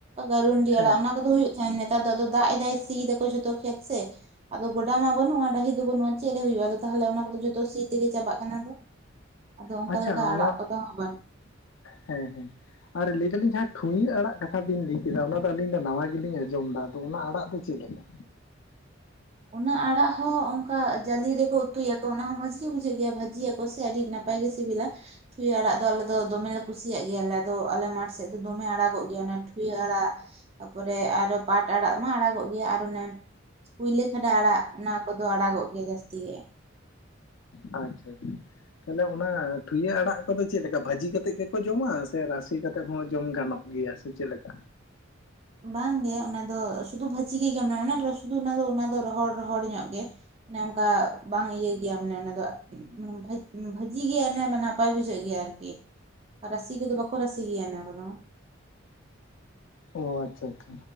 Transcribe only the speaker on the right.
ᱜᱟᱨᱩᱱᱰᱤ
ᱟᱲᱟᱜ ᱚᱱᱟ ᱠᱚᱫᱚ ᱦᱩᱭᱩᱜ ᱛᱟᱦᱮᱸᱱ ᱱᱮᱛᱟᱨ ᱫᱚ ᱟᱫᱚ ᱫᱟᱜ ᱮᱫᱟᱭ ᱥᱤᱭ ᱫᱟᱠᱚ ᱡᱷᱚᱛᱚ ᱠᱷᱮᱛ ᱥᱮ᱾ ᱟᱫᱚ ᱜᱚᱰᱟ ᱢᱟ ᱵᱟᱹᱱᱩᱜᱼᱟ ᱰᱟᱹᱦᱤ ᱜᱤᱰᱤ ᱱᱚᱶᱟ ᱪᱮᱫ ᱨᱮ ᱦᱩᱭᱩᱜᱼᱟ ᱟᱫᱚ ᱛᱟᱦᱞᱮ ᱚᱱᱟ ᱠᱚᱫᱚ ᱡᱚᱛᱚ ᱥᱤ ᱛᱮᱜᱮ ᱪᱟᱵᱟᱜ ᱠᱟᱱᱟ ᱥᱮ ᱟᱫᱚ ᱚᱱᱠᱟ
ᱞᱮᱠᱟ ᱟᱲᱟᱜ
ᱠᱚᱫᱚ ᱦᱟᱸᱜ ᱵᱟᱹᱱᱩᱜᱼᱟ᱾
ᱚᱱᱟ ᱟᱲᱟᱜ ᱦᱚᱸ ᱚᱱᱠᱟ ᱡᱟᱞᱤ ᱨᱮᱠᱚ ᱩᱛᱩᱭᱟᱠᱚ ᱚᱱᱟ ᱦᱚᱸ ᱢᱚᱸᱡᱽ ᱜᱤ ᱵᱩᱡᱷᱟᱹᱜ ᱜᱮᱭᱟ ᱵᱷᱟᱹᱡᱤᱭᱟᱠᱚ ᱥᱮ ᱟᱹᱰᱤ ᱱᱟᱯᱟᱭ᱾ ᱟᱹᱰᱤ ᱥᱤᱵᱤᱞᱟ ᱴᱷᱩᱭᱟᱹᱜ ᱟᱲᱟᱜ ᱫᱚ ᱟᱞᱮ ᱫᱚ ᱫᱚᱢᱮ ᱞᱮ ᱠᱩᱥᱤᱭᱟᱜ ᱜᱮᱭᱟᱞᱮ ᱟᱫᱚ ᱟᱞᱮ ᱢᱟᱴᱷᱥ ᱥᱮᱫ ᱫᱚᱢᱮ ᱟᱲᱟᱜᱚᱜ ᱜᱮᱭᱟ ᱚᱱᱟ ᱴᱷᱩᱭᱟᱹ ᱟᱲᱟᱜ ᱛᱟᱯᱚᱨᱮ ᱟᱨᱚ ᱯᱟᱴ ᱟᱲᱟᱜ ᱢᱟ ᱟᱲᱟᱜᱚᱜ ᱜᱮᱭᱟ ᱟᱨ ᱚᱱᱮ ᱯᱩᱭᱞᱟᱹ ᱠᱷᱟᱰᱟ ᱟᱲᱟᱜ ᱚᱱᱟ ᱠᱚᱫᱚ ᱟᱲᱟᱜᱚᱜ ᱜᱮᱭᱟ ᱡᱟᱹᱥᱛᱤ ᱜᱮ
ᱵᱟᱝ ᱜᱮ ᱚᱱᱟ ᱫᱚ ᱥᱩᱫᱷᱩ ᱵᱷᱟᱹᱡᱤ ᱜᱮ ᱟᱰᱤᱢᱮᱱᱟᱜᱼᱟ ᱚᱱᱟ ᱥᱩᱫᱩ ᱚᱱᱟ ᱚᱱᱟ ᱫᱚ ᱨᱚᱦᱚᱲ ᱨᱚᱦᱚᱲ ᱧᱚᱜ ᱜᱮ᱾ ᱚᱱᱮ ᱚᱱᱠᱟ ᱵᱟᱝ ᱤᱭᱟᱹ ᱜᱮᱭᱟ ᱢᱟᱱᱮ ᱚᱱᱟ ᱫᱚ ᱵᱷᱟᱡ ᱵᱷᱟᱹᱡᱤ ᱜᱮ ᱚᱱᱮ ᱱᱟᱯᱟᱭ ᱵᱩᱡᱷᱟᱹᱜ ᱜᱮᱭᱟ ᱟᱨᱠᱤ᱾ ᱨᱟᱹᱥᱤ ᱠᱚᱫᱚ ᱵᱟᱠᱚ ᱨᱟᱹᱥᱤ ᱜᱮᱭᱟ ᱚᱱᱟ ᱠᱚᱫᱚ᱾